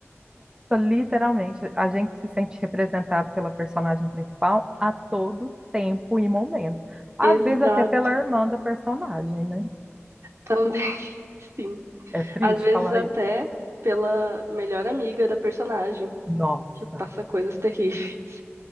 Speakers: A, on the right (about 15°); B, on the right (about 70°).
A: Literalmente, a gente se sente representado pela personagem principal a todo tempo e momento. Às
B: Exato,
A: vezes até pela irmã da personagem, né?
B: também <laughs> sim.
A: É triste
B: Às vezes
A: falar
B: até
A: isso.
B: pela melhor amiga da personagem,
A: Nossa,
B: que passa coisas terríveis.